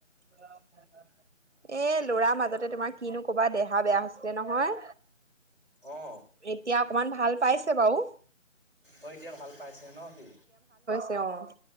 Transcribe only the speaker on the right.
এ লৰা মাজতে তোমাৰ কিনো ক'বা দেহা বেয়া হৈছিলে নহয়।
এতিয়া অকমান ভাল পাইছ ছে বাও।
তেওঁ।